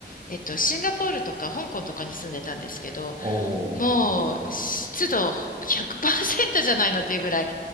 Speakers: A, on the left; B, on the right.
A: えっと、シンガポールとか香港とかに住んでたんですけど、
B: おお、
A: もう湿度100%
B: すごい。う
A: じゃないのっていうぐらい、